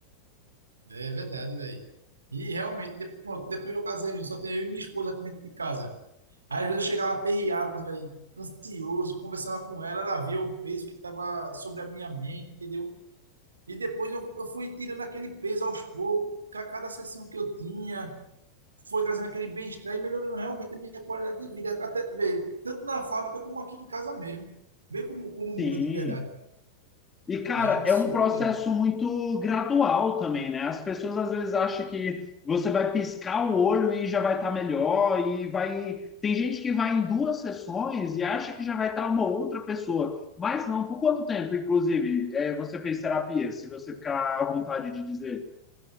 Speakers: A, on the right (about 75°); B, on the left (about 20°).
A: é verdade, velho. E realmente, de- pronto, depois que eu casei, véi, só tenho eu e minha esposa aqui dentro de casa. Aí, às vezes eu chegava aperreado, velho, ansioso, conversava com ela, ela via o peso que estava sobre a minha mente, entendeu? E depois eu, eu fui tirando aquele peso aos poucos, ca- cada sessão que eu tinha, foi trazendo aquele bem-estar e melhorando realmente a minha qualidade de vida, até, véi, tanto na fábrica como aqui em casa mesmo. Vê como, como muda
B: Sim.
A: de verdade.
B: E, cara,
A: É absurdo,
B: é um processo
A: velho.
B: muito gradual também, né? As pessoas às vezes acham que você vai piscar o olho e já vai estar melhor, e vai. Tem gente que vai em duas sessões e acha que já vai estar uma outra pessoa. Mas não, por quanto tempo, inclusive, é, você fez terapia? Se você ficar à vontade de dizer.